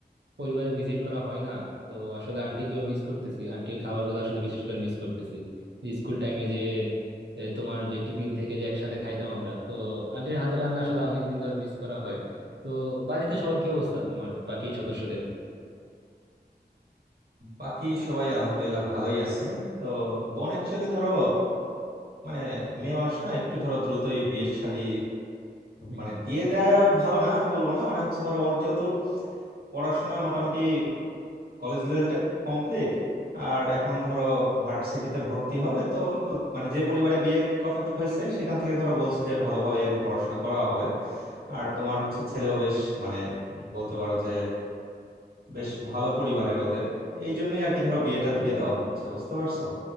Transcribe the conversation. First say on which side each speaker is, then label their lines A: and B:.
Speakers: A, on the right; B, on the right.
A: পরিবারে ভিজিট করা হয় না তো আসলে আন্টিকেও মিস করতেছি আন্টির খাবারগুলো আসলে বিশেষ করে মিস করতেছি স্কুল টাইমে যে এ, তোমার যে টিফিন থেকে যে একসাথে খাইতাম আমরা তো আন্টির হাতের রান্না আসলে অনেক দিন ধরে মিস করা হয় তো বাড়িতে সবার কি অবস্থা তোমার বাকি সদস্যদের
B: বাকি সবাই আলহামদুলিল্লাহ ভালোই আছে তো বোন অ্যাকচুয়ালি ধরো মানে মেয়ে মানুষ না একটু ধরো দ্রুতই বিয়ে শাদী
A: হুম
B: মানে
A: হুম।
B: দিয়ে দেয়া ভালো না আমি বলবো না মানে হচ্ছে ধরো ওর যেহেতু পড়াশোনা মোটামুটি কলেজ লেভেলটা কমপ্লিট আর এখন ধরো ভার্সিটিতে ভর্তি হবে তো মানে যে পরিবারে বিয়ের কথা হয়েছে সেখান থেকে ধরো বলছে যে ভালোভাবে আর কি পড়াশোনা করা হবে আর তোমার হচ্ছে ছেলেও বেশ মানে বলতে পারো যে বেশ ভালো পরিবারের ওদের এই জন্যই আর কি ধরো বিয়েটা দিয়ে দেওয়া হচ্ছে বুঝতে পারছো